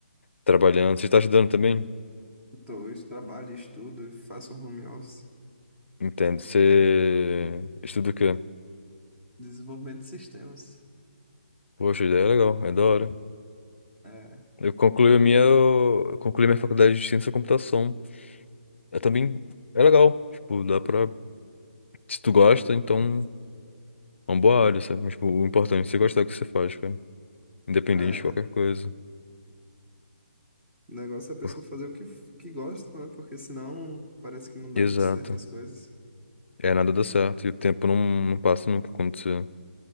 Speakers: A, on the left; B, in the centre.
A: Trabalhando. Você está estudando também?
B: Dois, trabalho, estudo, e faço um home office,
A: Entendo. Você estuda o quê?
B: desenvolvimento de sistemas.
A: Poxa, ideia é legal, é da hora.
B: É,
A: Eu concluí a minha, eu concluí minha faculdade de ciência da computação. É também, é legal. Tipo, dá pra, se tu gosta, então é uma boa área, sabe? Mas, tipo, o importante é você gostar do que você faz, cara. Independente
B: é.
A: de qualquer coisa.
B: O negócio é a pessoa
A: Pô,
B: fazer o que, que gosta, né? Porque senão parece que não dá
A: Exato.
B: muito certo as coisas.
A: É, nada dá certo. E o tempo não, não passa nunca quando você